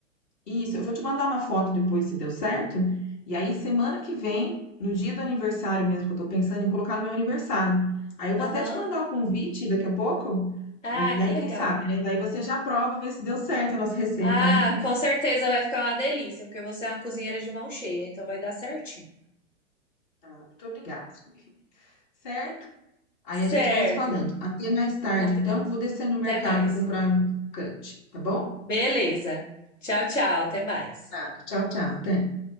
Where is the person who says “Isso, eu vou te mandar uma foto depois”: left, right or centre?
Left